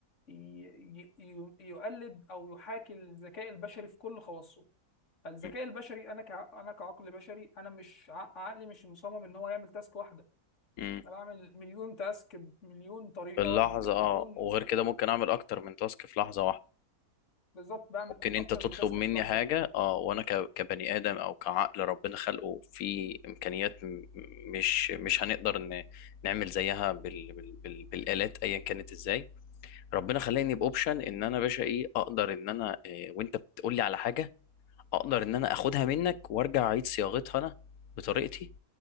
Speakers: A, on the left (about 55°); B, on the left (about 75°).
A: ي- ي- ي- يقلد او يحاكي الذكاء البشري في كل خواصه فالذكاء
B: مم.
A: البشري انا كع... انا كعقل بشري انا مش ع- عقلي مش مصمم ان هو يعمل تاسك واحده
B: مم.
A: انا بعمل مليون تاسك بمليون طريقه
B: في اللحظة
A: بمليون
B: اه وغير كده ممكن أعمل أكتر من تاسك في لحظة واحدة
A: بالظبط بعمل
B: ممكن
A: اكتر
B: أنت تطلب
A: من تاسك
B: مني
A: في لحظه
B: حاجة
A: واحده
B: اه وأنا ك- كبني آدم أو كعقل ربنا خلقه في إمكانيات م- مش مش هنقدر ن- نعمل زيها بال... بال... بال... بالآلات أيا كانت إزاي ربنا خلاني بأوبشن إن أنا باشا إيه أقدر إن أنا إيه وأنت بتقولي على حاجة أقدر إن أنا أخدها منك وأرجع أعيد صياغتها أنا بطريقتي